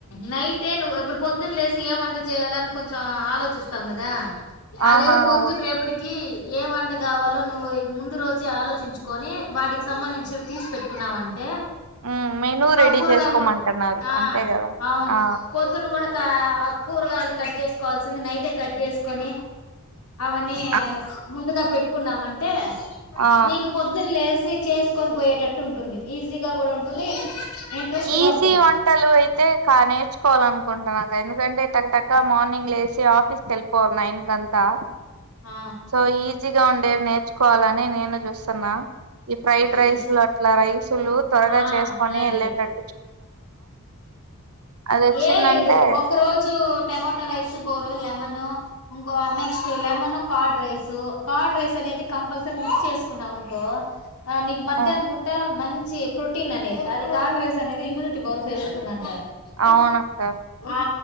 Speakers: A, on the left (about 85°); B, on the right (about 80°).
A: నైటే నువ్వు ఇప్పుడు పొద్దున్న లేసి ఏం వంట చేయాలని కొంచెం ఆలోచిస్తాం కదా
B: ఆహా
A: అదేదో పొద్దున
B: ఓ-
A: రేపటికి ఏ వంట కావాలో నువ్వు ఈ ముందు రోజే ఆలోచించుకొని వాటికి సంబంధించి తీసి పెెట్టుకున్నావంటే
B: ఉమ్, మెనూ రెడీ
A: కూరగాయలు
B: చేసుకోమంటున్నారు
A: కూడా ఆ
B: అంతే కదా
A: అవును
B: ఆ
A: పొద్దున్న కూడా కూరగాయలు కట్ చేసుకోవాల్సింది నైతే కట్ చేసుకొని అనే
B: ఆ
A: ముందుగా పెట్టు కున్నామంటే
B: ఆ
A: నీకు పొద్దున్ లేస్ తీ చేసుకొని పోయేటట్టు ఉంటుంది ఈజీగా కూడా ఉంటుంది ఇంట్రెస్ట్
B: ఈజీ
A: గా ఉంటుంది
B: వంటలు అయితే కా నేర్చుకోవాల అనుకుంటున్నా ఎందుకంటే టకటకా మార్నింగ్ లేేసి ఆఫీస్కి వెళ్ళిపోవల్ నైన్ కంతా
A: ఆ
B: సో ఈ చిగా ఉండేవి నేర్చుకోవాలని నేను చూస్తున్ తున్నవ్ ఈ ఫ్రైడ్
A: ఉమ్
B: రైస్లు అట్లా రైసులు త్వరగా
A: ఆ
B: చేసుకొని
A: అలాంటివి
B: వెళ్ళేటట్ అది వచ్చిందంటే
A: ఏం లేదు ఒక రోజు టమోటో రైస్ గోరు లెమన్ ఇంకో next lemon curd rice curd rice అనేది కంపల్సరీ మిక్స్ చేసుకున్నాం అనుకో ఆ నీక్ మధ్యాన్
B: ఆ,
A: బుట మంచి చెబ్ ప్రోటీన్ అనేది అది కాడ్ రైస్ అనేది ఇమ్యూనిటీ పవర్ పెరుగుతుంది అంటారు
B: అవునక్క
A: ఉఫ్ ఆ